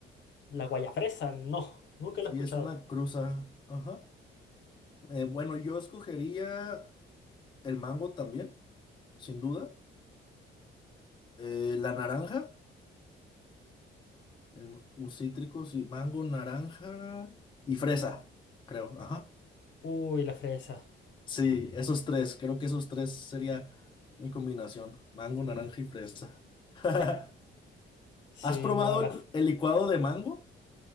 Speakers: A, on the left (about 65°); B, on the left (about 25°).
A: La guayafresa, no. Nunca
B: Sí,
A: lo he escuchado.
B: es una cruza. Ajá. Eh, bueno, yo escogería el mango también, sin duda. Eh, la naranja, el- un cítrico, sí, mango, naranja y fresa, creo. Ajá.
A: Uy, la fresa.
B: Sí, esos tres, creo que esos tres sería mi combinación, mango, naranja y fresa. <laughs>
A: Sí,
B: ¿Has probado
A: no, la,
B: el
A: f-
B: el licuado de mango?